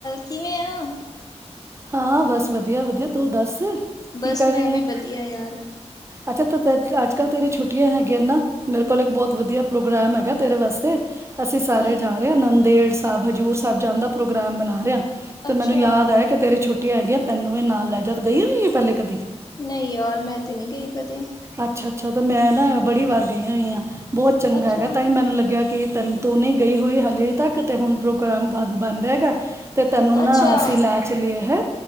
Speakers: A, on the left; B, on the right.
A: ਕਿਵੇਂ ਆ।
B: ਹਾਂ ਬਸ ਵਧੀਆ ਵਧੀਆ ਤੂ ਦੱਸ? ਕੀ
A: ਬਸ
B: ਕਰ
A: ਮੈਂ
B: ਰਹੀ ਹੈ
A: ਵੀ ਵਧੀਆ ਯਾਰ
B: ਅੱਛਾ ਤੇ ਅੱਜ ਕੱਲ ਤੇਰੀ ਛੁੱਟੀਆਂ ਹੈਗੀਆਂ ਨਾ ਮੇਰੇ ਕੋਲ ਇੱਕ ਬਹੁਤ ਵਧੀਆ ਪ੍ਰੋਗਰਾਮ ਹੈਗਾ ਤੇਰੇ ਵਾਸਤੇ ਅਸੀਂ ਸਾਰੇ
A: ਕੀ?
B: ਜਾ ਰਹੇ ਹਾਂ ਨੰਦੇੜ ਸਾਹਿਬ, ਹਜ਼ੂਰ ਸਾਹਿਬ ਜਾਣ ਦਾ ਪ੍ਰੋਗਰਾਮ ਬਣਾ ਰਹੇ ਹਾਂ ਤੇ
A: ਅੱਛਾ,
B: ਮੈਨੂੰ ਯਾਦ ਆਇਆ ਕਿ ਤੇਰੀ ਛੁੱਟੀਆਂ ਹੈਗੀਆਂ, ਤੈਨੂੰ ਇਹ ਨਾਲ ਲੈ ਜਾਂ, ਤੂ ਗਈ ਹੋਈ ਹੈ ਪਹਿਲੇ ਕਦੀ
A: ਨਹੀਂ ਯਾਰ ਮੈਂ ਤੇ ਨਹੀਂ ਗਈ ਕਦੇ
B: ਅੱਛਾ ਅੱਛਾ ਤੇ ਮੈਂ ਨਾ ਬੜੀ ਵਾਰ ਗਈ ਹੋਈ ਆਂ, ਬਹੁਤ ਚੰਗਾ
A: ਅੱਛਾ,
B: ਹੈਗਾ ਤਾਂ ਹੀ ਮੈਨੂੰ ਲੱਗਿਆ ਕਿ ਤੈਨੂੰ ਤੂੰ ਨਹੀਂ ਗਈ ਹੋਈ ਹਾਲੇ ਤੱਕ, ਤੇ ਹੁਣ ਪ੍ਰੋਗਰਾਮ ਬਣ ਰਿਹਾ ਹੈਗਾ ਤੇ ਤੈਨੂੰ
A: ਅੱਛਾ,
B: ਨਾ ਅਸੀਂ ਲੈ ਕੇ ਏ ਹੈ,